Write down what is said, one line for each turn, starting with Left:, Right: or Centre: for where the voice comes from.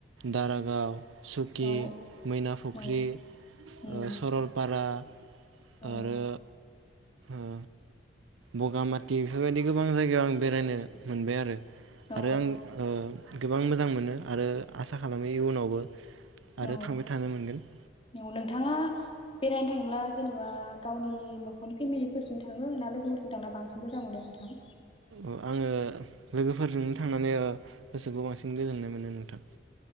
Right: दारागाव सुखि
Left: औ
Right: मैना फुख्रि
Left: औ उम
Right: ओ सरलपा रा
Left: औ
Right: आरो ओ बगामाथि बेफोरबायदि गोबां जायगायाव आं बेरायनो मोनबाय आरो।
Left: औ
Right: आरो आं ओ गोबां मोजां मोनो आरो आसा खालामो इयुनावबो
Left: औ
Right: आरो थांबाय थानो मोनगोन।
Left: औ नोंथाङा बेरायनो थांब्ला जेन'बा गावनि न'खरनि फेमिलिफोरजों थाङो ना लोगोफोरजों थांना बांसिन मोजां मोनो नोंथां।
Right: अ आङो लोगोफोरजोंनो थांनानै ओ गोसोखौ बांसिन गोजोननाय मोनो नोंथां।